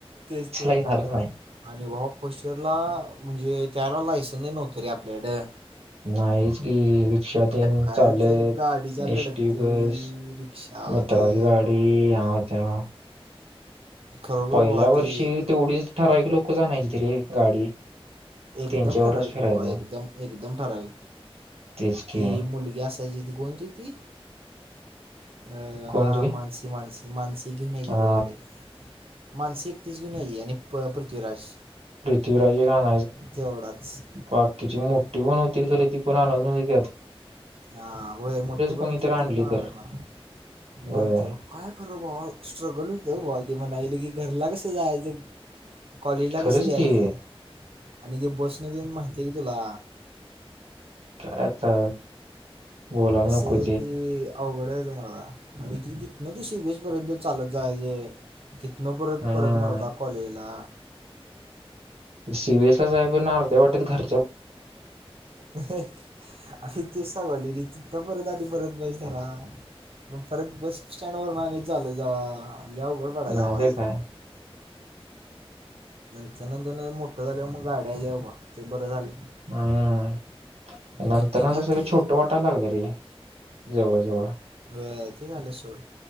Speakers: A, on the right; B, on the right.
A: तेच तेच
B: येणारच नाही
A: आणि व पोस्चरला म्हणजे त्यावेळी आपल्याकडे लायसन्स नव्हते
B: नाहीच की रिक्षा देईन,
A: काय
B: चालत
A: ते गाडीच्या लढतरी
B: एसटी बस,
A: रिक्षा
B: मित्राची
A: ते
B: गाडी त्या
A: खरोखर
B: पहिल्या
A: भावा
B: वर्षी
A: ते
B: तेवढीच ठराविक लोक जाणयची तरीे गाडी
A: एकदम
B: त्यांच्यावरूनच
A: ठराविक
B: फिरायचं
A: वा एकदम-एकदम ठराविक,
B: तेच
A: ती
B: की
A: मुलगी असायची ती कोणती ती? अ...
B: कोण
A: हा..
B: रे
A: मानसी-मानसी हिमांशी घेवून याची
B: हा
A: बघ गाडी माणसी एकटीच घेऊन यायची आणि पृथ्वीराज
B: पृथ्वीराजे गाण
A: तेवढाच
B: बाकीची मग िकण होतील खर तिक आण <unintelligible>
A: हा होय मोठी पण
B: कोणी
A: होती
B: तर आणली
A: ती, पणला
B: तर होय
A: नंतर काय खरे, स्ट्रगल होत बा ते म्हणाले की घरला सु जायध <inaudible> कॉलला
B: खरंच
A: कस याच?
B: की
A: आणि ती बस ने देन माहिती आहे क तुला
B: काय ते बोलायला
A: कसं
B: नको
A: आहे ते, अवघड आहे तुम्हाला आणि तिथ न ते वेशी पर्यंत चालत जायचं तिथनं परत-परत
B: हम्म
A: मर्दा कॉलेजला
B: सीबीएस ला जा आहे पण ना अर्ध्या वाटतेत घर
A: अरे तेच सांगत, तिथून तर परत परत बस रा मग परत बस स्टँडवरन आ चालत जा
B: नाही तर काय
A: <inaudible> ह्यांच्या नादानं मोठं झाल्यावर मग गाडी आली बाबा ते बरं झालं.
B: हम्
A: हे
B: नंतर
A: कितीदा
B: नंतर सगळं
A: ते
B: छोटं वाटायला लागलं रे जवळ जवळ.
A: व्हय, ते झालं सोड